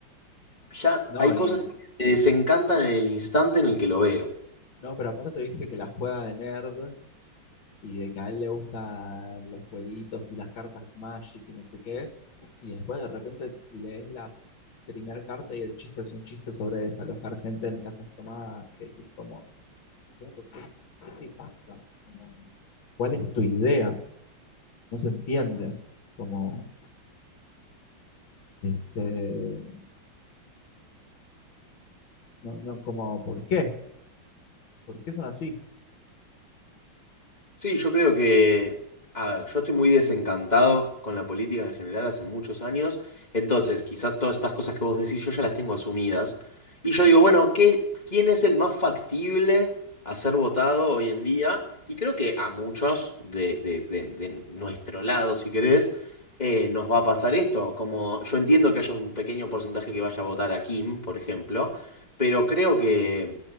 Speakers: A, on the left; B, on the left.
A: ya
B: No,
A: hay cosas
B: y
A: que me desencantan en el instante en el que lo veo.
B: No, pero aparte viste que la juega de nerd y de que a él le gustan los jueguitos y las cartas Magic y no sé qué. Y después de repente lees la primera carta y el chiste es un chiste sobre desalojar gente en casas tomadas. Que decís como, "Flaco, ¿qué, qué te pasa? Como, ¿cuál es tu idea? No se entiende. Como, este, no, no, como, ¿por qué? ¿Por qué son así?
A: Sí, yo creo que, a ver, yo estoy muy desencantado con la política en general hace muchos años, entonces quizás todas estas cosas que vos decís yo ya las tengo asumidas. Y yo digo, bueno, ¿qué, quién es el más factible a ser votado hoy en día? Y creo que a muchos de, de- de- de nuestro lado, si querés, eh, nos va a pasar esto. Como yo entiendo que haya un pequeño porcentaje que vaya a votar a Kim, por ejemplo, pero creo que